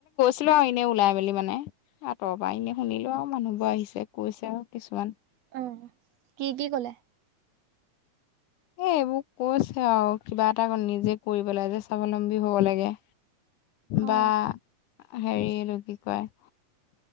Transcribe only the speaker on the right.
অ কি কি কলে?
অ